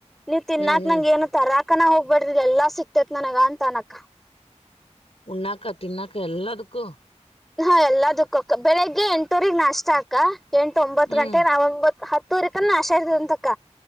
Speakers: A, in the centre; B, on the left.
A: ನೀವು ತಿನ್ನಾಕ್
B: ಹ್ಮ್ ಹ್ಮ್
A: ನಂಗ ಏನು ತರಾಕ್ ಅಕ್ಕನ ಹೋಗ್ಬಡ್ದಿದ ಎಲ್ಲಾ ಸಿಕ್ತೇತ್ ನನಗ ಅಂತ ನಕ್ಕ
B: ಉಣ್ಣಕ ತಿನ್ನಾಕಾ ಎಲ್ಲಾದಕ್ಕ
A: ಹಾ ಎಲ್ಲ ಕ್ಕಕ ಬೆಳಿಗ್ಗೆ ಎಂಟೂರಿ ನಾಷ್ಟಾಕ ಎಂಟು ಒಂಬತ್ತು
B: ಹ್ಮ್
A: ಗಂಟೆ ನಾವೊಂಬತ್ ಹತ್ ತೋರಿಕನ್ನ ಆಶಾಡದೆಂತಕ್ಕ